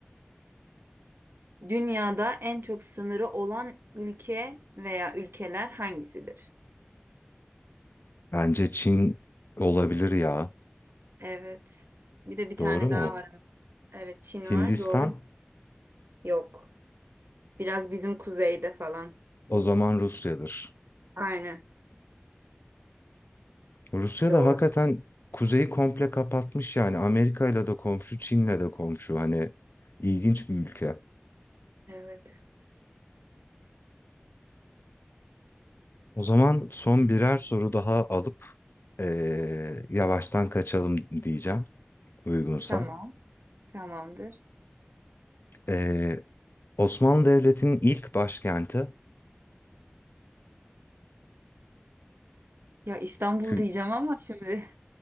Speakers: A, on the right; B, on the left.
A: Dünyada en çok sınırı olan ülke veya ülkeler hangisidir?
B: Bence Çin olabilir ya.
A: Evet. Bir de bir tane
B: Doğru mu?
A: daha var. Evet, Çin
B: Hindistan
A: var. Doğru. Yok. Biraz bizim kuzeyde falan.
B: o zaman Rusya'dır.
A: Aynen.
B: Rusya
A: Doğru.
B: da hakikaten kuzeyi komple kapatmış yani Amerika'yla da komşu, Çin'le de komşu hani ilginç bir ülke.
A: Evet.
B: O zaman son birer soru daha alıp eee, yavaştan kaçalım diyeceğim uygunsa.
A: Tamam. Tamamdır.
B: Eee, Osmanlı Devleti'nin ilk başkenti,
A: Ya İstanbul
B: kü-
A: diyeceğim ama şimdi.